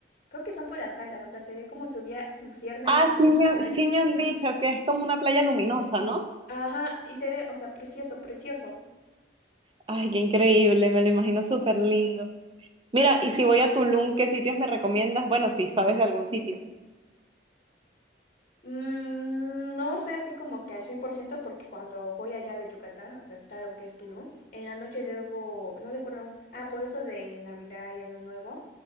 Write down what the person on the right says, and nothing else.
Ah,
sí me,
han-
sí me han dicho que es como una playa luminosa, ¿no?
Ay, qué increíble, me lo imagino súper lindo. Mira, y si voy a Tulum, ¿qué sitios me recomiendas? Bueno, si sabes de algún sitio.